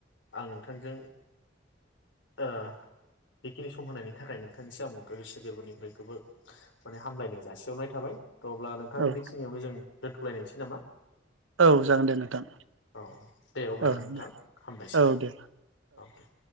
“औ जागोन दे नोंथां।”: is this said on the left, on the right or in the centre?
Right